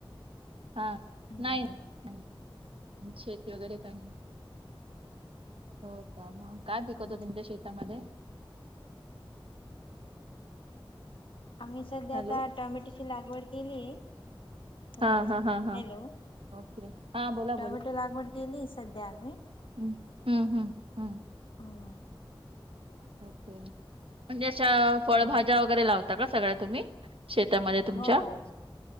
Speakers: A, on the right; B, on the left.
A: हा
B: हम्म
A: नाही
B: हम्म.
A: नाही शेती वगैरे काही हो का मग काय पिकवता
B: हो
A: तुमच्या शेतामध्ये?
B: आम्ही सध्या
A: हॅलो
B: आता टोमॅटोची लागवड केली आहे. हो
A: हा हा हा हा
B: हॅलो,
A: ओके हा बोला
B: टोमॅटो लागवड केली सध्या आम्ही.
A: हं हम हं.
B: <unintelligible>
A: ओके, म्हणजे अशा फळभाज्या
B: हो
A: वगैरे लावता का सगळ्या तुम्ही? शेतामध्ये तुमच्या
B: हो.